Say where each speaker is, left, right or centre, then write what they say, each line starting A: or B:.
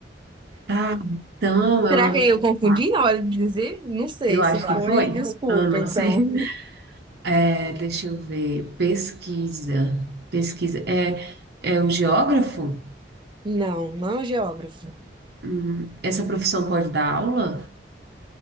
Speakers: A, on the right; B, on the right.
A: tá. Então, é
B: Será
A: uma.
B: que eu confundi
A: tá,
B: na hora de dizer? Não sei,
A: Eu acho
B: se foi,
A: que foi.
B: desculpa,
A: Ah, não
B: então.
A: sei. É, deixa eu ver. Pesquisa. Pesquisa. É, é o geógrafo?
B: Não, não é um geógrafo.
A: Hum, essa profissão pode dar aula?